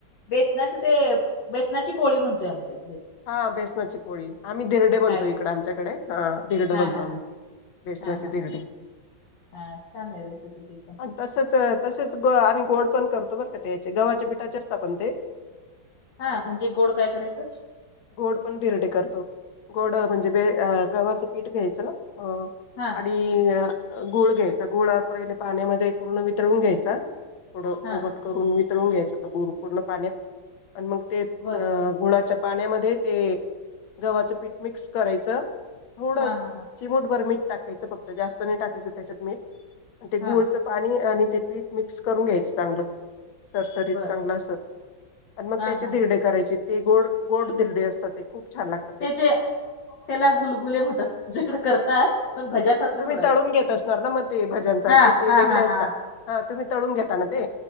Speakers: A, on the left; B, on the left.
A: बेसनाच ते, बेसनाची पोळी म्हणतोय आपण
B: हा बेसनाची पोळी. आम्ही धीरडे म्हणतो
A: डाळीची
B: इकडे आमच्याकडे. हा धीरड
A: हा
B: म्हणतो
A: हा
B: आम्ही.
A: हा
B: बेसनाचे
A: हा हा हा
B: धीरडे.
A: हा हा, छान आहे रेसिपी ती पण.
B: तसच तसेच, ग आम्ही गोड पण करतो बर का त्या याचे, गव्हाचे पिठाचे असता पण ते.
A: हा म्हणजे गोड काय करायच.
B: गोड पण धिरडी करतो. गोड म्हणजे बे गव्हाच पीठ घ्यायच. अ
A: हा
B: आणि गुळ घ्यायचा. गुळ पहिले पाण्यामध्ये पूर्ण वितळून घ्यायचा. थोड
A: हा
B: कोमट करून वितळून घ्यायच तो गुळ पूर्ण पाण्यात. आणि मग ते, अ
A: बर
B: गुळाच्या पाण्यामध्ये ते गव्हाच पीठ मिक्स करायच. थोड
A: हा हा हा
B: चिमुटभर मीठ टाकायच फक्त जास्त नाही टाकायच त्याच्यात मीठ. आणि ते
A: हा
B: गुळच पाणी आणि ते पीठ मिक्स करून घ्यायच चांगल. सरसरीत
A: बर
B: चांगल अस. आणि मग
A: हा
B: त्याचे
A: हा
B: धीरडे
A: हा
B: करायचे. ते गोड गोड धीरडे असतात ते. खूप छान लाग
A: ते जे, त्याला गुलगुले म्हणतात. आमच्याकडे करतात. पण भज्यासारखं
B: तुम्ही
A: सोडायचं
B: तळून
A: ते
B: घेत असणार ना मग ते भज्यां सारखे
A: हा
B: ते
A: हा
B: वेगळे
A: हा
B: असतात.
A: हा
B: हा तुम्ही तळून घेताना ते.